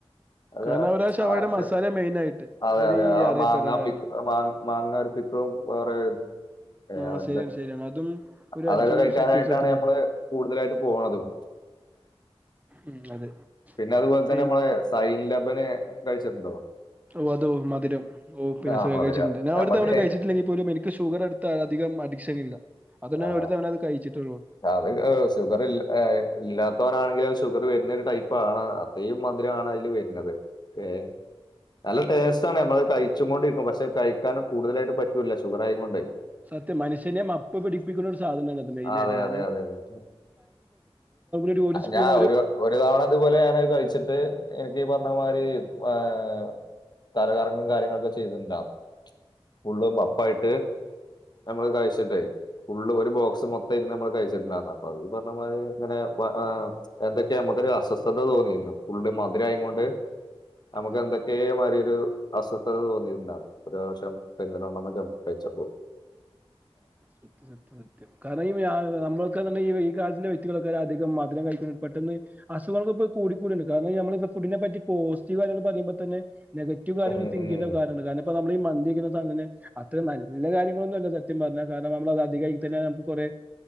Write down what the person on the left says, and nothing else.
അത
അക്കെ
അതെ
അതെ
ആ
മാങ്ങ
മാ മാങ്ങ ഒരു പിക്കും വേറെ അവ
അതൊക്കെ
കഴിക്കാനായിട്ടാണ്
നമ്മള്
കൂടുതലായിട്ട് പോതും
പിന്നെതുപോലെ തന്നെ
നമ്മ അൻ ലബന കഴിച്ചിട്ടുണ്ടോ
ആ
മധുര
നമുക്ക്
ആ
അത് ഷുഗർ ഇല്ലാത്തവനാണെങ്കിൽ അത് ഷുഗർ വരുന്ന ഒരു ടൈപ്പ് ആണ് അത്രയും മധുരമാണ് ആ അതിൽ വരുന്നത് ഏ നല്ല ടേസ്റ്റ് ആാണ് നമ്മള് കഴിച്ച കൊൊണ്ടിരിക്കും പക്ഷെ കഴിക്കാൻ കൂടുതലായിട്ട് പറ്റൂില്ല ഷുഗർ ആയ കൊൊണ്ടായി
അതെ,
അതെ അതെ അതഞ
ഞാ ഒരു ഒരു തവണതുപോലെ ഞാന കഴിച്ചിട്ട് എനിക്ക്ീ പറഞ്ഞമാതിരി ഏഹ തലകറങ്ങും കാര്യങ്ങളൊക്കെ ചെയ്തിണ്ടാവ ഉള്ളും അപ്പായിട്ട് നമ്മള്
കഴിച്ചിട്ടെ ഫുള് ഒരു
ബോക്സ് മൊത്തം ഇരുന്ന് നമ്മള് കഴിച്ച അ പറഞ്ഞതി ഇങ്ങനെ എന്തൊ നമുക്കൊ ഒരു അസ്വസ്ഥത തോന്നിയിരുന്നു ഫുള്ള് മധുരായ കൊണ്ട് നമുക്ക്
എന്തൊക്കെയ മാതി ഒരു അസ്വസ്ഥത തോന്നിയിട്ടണ്ടാണ് ഒരു പ്രാവശ്യം പെരുന്നലോണ്ണംമറ്റം കഴിച്ചപ്പോ
ഉം, ഉം.